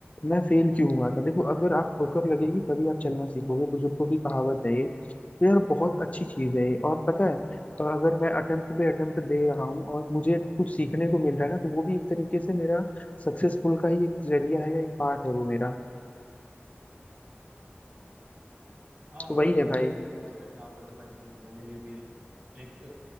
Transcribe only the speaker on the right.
हाँ
वही
मैं
मेरे को लग रहा है कि आप अगर लाइफ में मैंने भी अभी एक